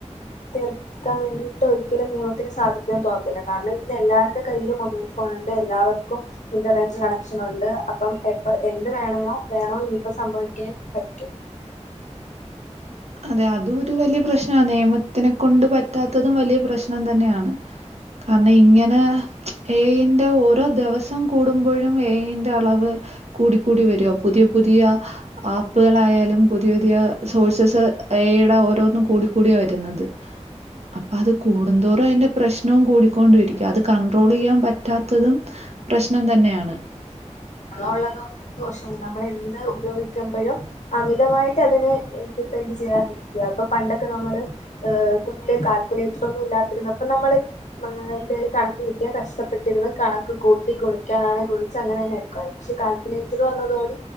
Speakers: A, on the left; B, on the right.
A: തീർ ക്കാൻ വേണ്ടിയിട്ട് ഒരിക്കലും നിയമത്തിന് സാധിക്കുമെന്ന് തോന്നുന്നില്ല കാരണം ഇന്ന് എല്ലാവരുടെ കയ്യിലും മൊബൈൽ ഫോൺണ്ട് എല്ലാവർക്കും ഇന്റർനെറ്റ് കണക്ഷൻ ഉണ്ട് അപ്പം എപ്പ എന്ത് വേണയോ വേണോ ഇനിയിപ്പോ സംഭവിക്കൻ പറ്റും
B: അതെ അതും ഒരു വലിയ പ്രശ്ന നിയമത്തിനെ കൊണ്ട് പറ്റാത്തതും വലിയ പ്രശ്നം തന്നെയാണ് കാരണം ഇങ്ങനെ. എ ഏയിന്റെ ഓരോ ദിവസം കൂടുമ്പോഴും ഏ അയ് ന്റെ അളവ് കൂടിക്കൂടി വരുഅ പുതിയ പുതിയ ആപ്പുകളായാലും പുതിയ പുതിയ സോഴ്സസ് എ അയടെ ഓരോന്നും കൂടി കൂടിയ വരുന്നത് അപ്പൊ അത് കൂടുന്തോറും അതിന്റെ പ്രശ്നവും കൂടിക്കൊണ്ട ഇരിക്കും അത് കണ്ട്രോൾ ചെയ്യാൻ പറ്റാത്തതും പ്രശ്നം തന്നെയാണ്.
A: ഗുണം ഉള്ളത് പോലെ ദോഷവും നമ്മള എന്ത് ഉപയോഗിക്കുമ്പഴും അമിതമായിട്ട് അതിനെ ഡിപ്പെെൻഡ് ചെയ്യാതിരിക്കയ പ്പൊ പണ്ടൊക്കെ നമ്മള് ഹ് കുഞ്ഞിലെ കാൽക്കുലേറ്ററൊന്നും ഇല്ലാത്തിരുന്നു അപ്പൊ നമ്മള് ആ എന്തേലും കണക്ക് കിട്ടിയാ കഷ്ടപ്പെട്ടിരുന്ന് കണക്ക് കൂട്ടി കുറേക്കാനാണ് ഗുണിച്ച് അങ്ങനെ തന്നെ അണ് ക്ഷേ കാൽകുലേറ്റർ വന്നതോട്